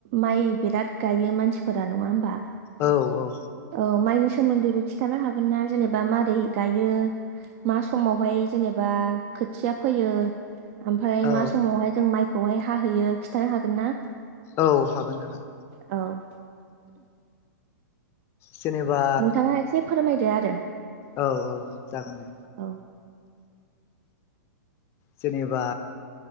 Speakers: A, on the right (about 40°); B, on the left (about 25°).
A: माइ बिराद गायो मानसिफोरा नङा होमबा
B: औ औ
A: औ माइनि सोमोन्दैबो खिन्थानो हागोन ना जेनेबा मारै गायो मा समावहाय जेनेबा खोथिया फैयो ओमफ्राय
B: औ
A: मा समावहाय जों माइखौहाय हाहैयो खिन्थानो हागोन ना
B: औ हागोन हागोन
A: औ
B: जेनेबा
A: नोंथाङा एसे फोरमायदो आरो
B: औ औ जागोन दे
A: <inaudible>
B: जेनेबा